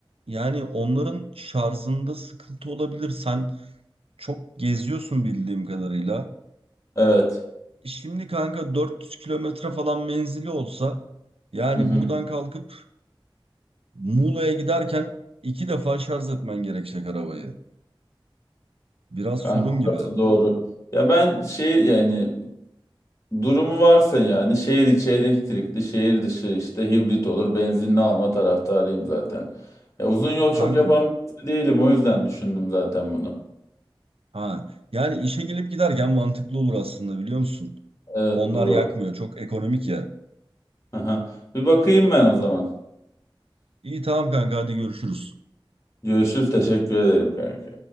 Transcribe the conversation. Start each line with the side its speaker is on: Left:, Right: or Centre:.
Right: yani onların şarjında sıkıntı olabilir. Sen çok geziyorsun bildiğim kadarıyla.
Left: Evet.
Right: Şimdi kanka 400 kilometre falan menzili olsa yani
Left: Hı hı.
Right: buradan kalkıp Muğla'ya giderken iki defa şarj etmen gerekecek arabayı. Biraz
Left: Kanka
Right: sorun gibi.
Left: orası doğru. Ya ben şehir yani durumu varsa yani şehir içi elektrikli, şehir dışı işte hibrit olur. Benzinli alma taraftarıyım zaten. Ya uzun yol
Right: Kanka
Left: çok yapan birisi değilim o yüzden düşündüm zaten bunu.
Right: Ha, yani işe gelip giderken mantıklı olur aslında biliyor musun?
Left: Evet
Right: Onlar
Left: Duru.
Right: yakmıyor. Çok ekonomik ya.
Left: Aha. Bir bakayım ben o zaman.
Right: İyi tamam kanka hadi görüşürüz.
Left: Görüşürüz. Teşekkür ederim kanka.